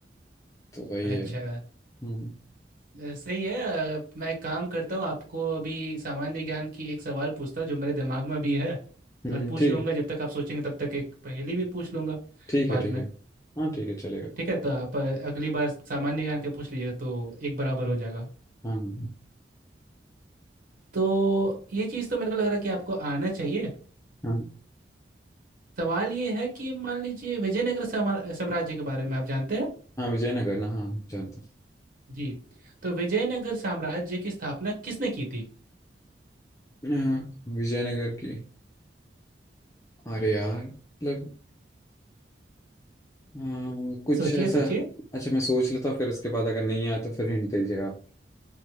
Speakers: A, on the left; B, on the right.
A: तो वही
B: अच्छा
A: है हम्म
B: अ, सही है अ, मैं एक काम करता हूँ आपको अभी सामान्य ज्ञान की एक सवाल पूछता हूँ जो मेरे दिमाग में भी है
A: हम्म,
B: और पूछ
A: ठीक
B: लूंगा
A: है
B: जब तक आप सोचेंगे तब तक एक पहेली भी पूछ लूंगा
A: ठीक
B: बाद
A: है ठीक
B: में
A: है हाँ ठीक है चलेगा
B: ठीक है तो आप अ, अगली बार सामान्य ज्ञान का पूछ लीजिएगा तो एक बराबर हो जाएगा
A: हाँ हाँ
B: तो ये चीज़ तो मेरे को लग रहा है कि आपको आना चाहिए
A: हाँ
B: सवाल ये है कि मान लीजिए विजयनगर समा- साम्राज्य के बारे में आप जानते हैं
A: हाँ विजयनगर ना हाँ जानता
B: जी तो विजयनगर साम्राज्य की स्थापना किसने की थी
A: हूँ। अ, विजयनगर की अरे यार मतलब अ, कुछ
B: सोचिए
A: ऐसा
B: सोचिए
A: अच्छा मैं सोच लेता हूँ, फिर उसके बाद अगर नहीं आया तो फिर हिंट दीजिएगा आप।